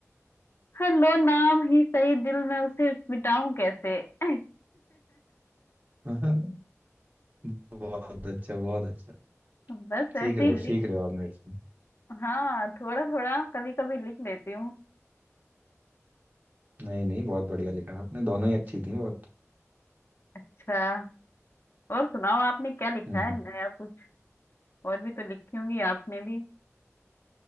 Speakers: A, on the left; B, on the right.
A: हर लो नाम ही सही दिल में उसे मिटाऊं कैसे <laughs>
B: वाह <laughs> बहुत अच्छा बहुत अच्छा
A: बस ऐसे
B: सीख रहे
A: ही
B: हो
A: लिख
B: सीख रहे हो आप मेरे से
A: हाँ थोड़ा थोड़ा कभी कभी लिख लेती हूँ
B: नहीं नहीं बहुत बढ़िया लिखा आपने दोनों ही अच्छी थी बहुत
A: अच्छा और सुनाओ आपने क्या लिखा
B: हम्म
A: है नया कुछ और भी तो लिखी होंगी आपने भी